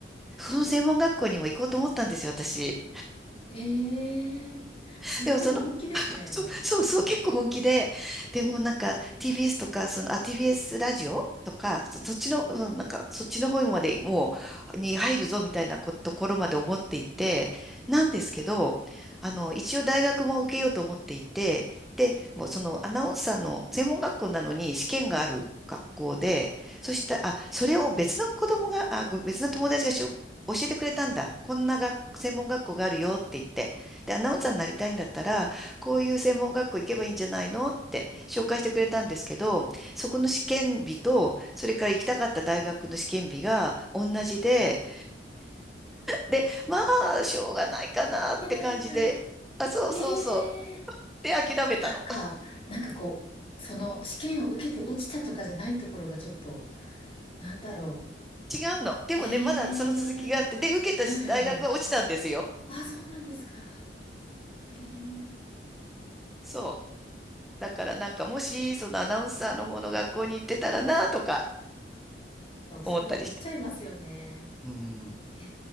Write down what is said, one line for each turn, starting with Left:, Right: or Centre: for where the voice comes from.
Centre: その専門学校にも行こうと思ったんですよ、私。
Left: ええーすごい本気ですね、
Centre: <laughs> でもその、<laughs> そう、
Left: も
Centre: そうそう、結構本気で、でもなんか TBS とか、その、あ、TBS ラジオとか、そ、そっちの、うんなんか、そっちの方までもう、に入るぞみたいなことところまで思っていて、なんですけど、あの、一応大学も受けようと思っていて、で、もうそのアナウンサーの専門学校なのに試験がある学校で、そしたら、あ、それを別の子供が、あ、ご別の友達がしょ教えてくれたんだ。こんな学専門学校があるよって言って。で、アナウンサーになりたいんだったら、こういう専門学校行けばいいんじゃないのって紹介してくれたんですけど、そこの試験日と、それから行きたかった大学の試験日が同じで、で、まあ、しょうがないかなって感じで、
Left: ういけないんだ。う。
Centre: あ、そうそうそう。
Left: えー
Centre: で、諦めたの。
Left: なんか、
Centre: <laughs>
Left: なんかこう、その試験を受けて落ちたとかじゃないところがちょっと、なんだろ
Centre: 違うの。でもね、
Left: う。ええー
Centre: まだその続きがあって、で、受けた大学は落ちたんですよ。
Left: はいはいはい。あ、そうなんですか。ええーい
Centre: そう。だからなんか、もし、そのアナウンサーの方の学校に行ってたらな、とか
Left: や、それは思っちゃいますよね。
Centre: 思ったりして。うん、
Left: え